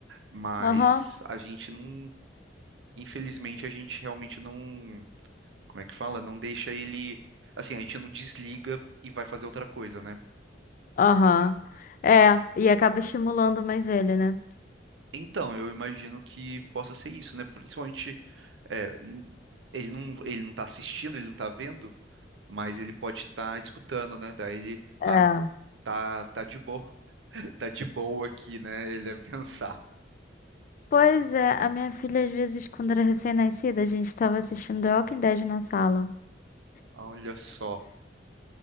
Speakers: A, on the right; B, on the left.
A: Mas
B: Aham,
A: a gente não, infelizmente, a gente realmente não, como é que fala? Não deixa ele, assim, a gente não desliga e vai fazer outra coisa, né?
B: aham. É, e acaba estimulando mais ele, né?
A: Então, eu imagino que possa ser isso, né? Principalmente, é, n- ele não, ele não tá assistindo, ele não tá vendo, mas ele pode estar escutando, né? Daí ele,
B: É.
A: ah, tá, tá de boa, <laughs> tá de boa aqui, né? Ele deve pensar.
B: Pois é, a minha filha, às vezes, quando era recém-nascida, a gente estava assistindo The Walking Dead na sala.
A: Olha só.